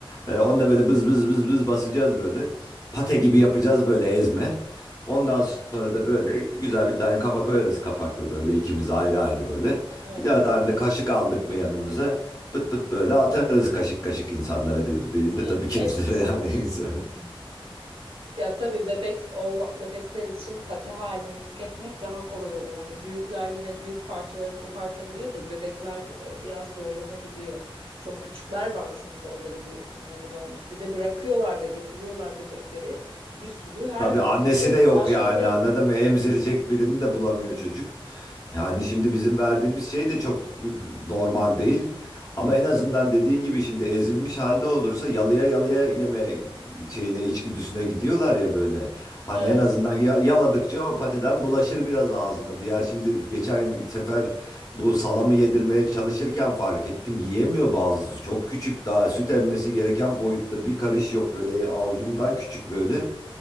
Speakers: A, on the left; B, on the right.
A: E, onunla böyle bız bız bız bız basacağız böyle. Pate gibi yapacağız böyle ezme. Ondan sonra da böyle güzel bir tane kaba koyarız kapaklı böyle ikimiz ayrı ayrı böyle.
B: evet.
A: Bir daha tane de kaşık aldık mı yanımıza? Pıt pıt böyle atarız kaşık kaşık insanlara değil, değil de
B: E,
A: tabii kedilere
B: et
A: yani
B: <laughs>
A: <laughs> insan.
B: Ya tabii bebek oğla- bebekler için pati halini tüketmek daha kolay olur. Hani büyükler yine büyük parçaları kopartabiliyor da bebekler e, biraz zorlanabiliyor. Çok küçükler var çünkü orada biliyorsun yeni doğmuş. Bir de bırakıyorlar da getiriyorlar bebekleri. Bir sürü her
A: Tabii
B: gittiğimde
A: annesi de yok
B: başka
A: yani
B: bir bebek.
A: anladın mı? Emzirecek
B: Hmm,
A: birini de bulamıyor çocuk. Yani şimdi bizim verdiğimiz şey de çok normal değil. Ama en azından dediğin gibi şimdi ezilmiş halde olursa yalıya yalıya yeme şeyine içgüdüsüne gidiyorlar ya böyle. Hani
B: Evet,
A: en azından ya- yaladıkça o patiden bulaşır biraz ağzına. Diğer şimdi geçen sefer bu salamı yedirmeye çalışırken fark ettim. Yiyemiyor bazısı. Çok küçük daha süt emmesi gereken boyutta bir karış yok böyle E, avucumdan küçük böyle.